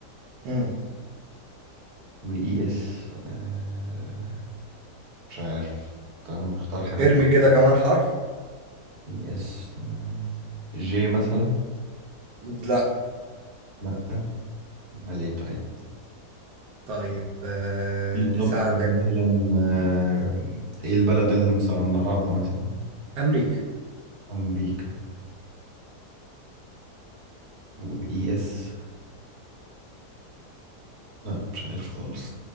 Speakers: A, on the right; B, on the right.
A: امم
B: وإي إس آه، مش عارف طب مختار حاجة
A: ارمي
B: صح
A: كده كمان حرف
B: إي إس آه، جي مثلا
A: لا
B: لأ أمال إيه طيب
A: طيب آه...
B: في
A: نساعدك
B: طب مثلا آه، إيه البلد اللي مصنعاها مثلا
A: امريكا
B: أمريكا وإي إس لأ مش عارف خالص